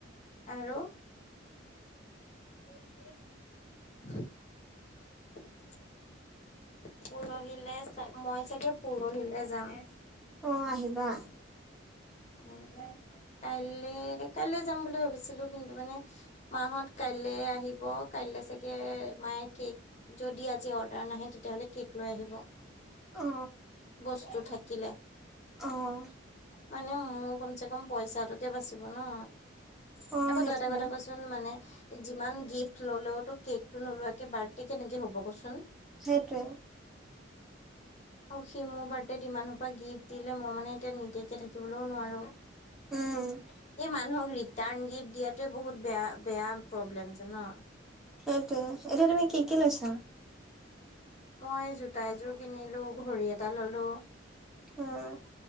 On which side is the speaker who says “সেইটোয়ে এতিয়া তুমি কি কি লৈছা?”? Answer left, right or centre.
Centre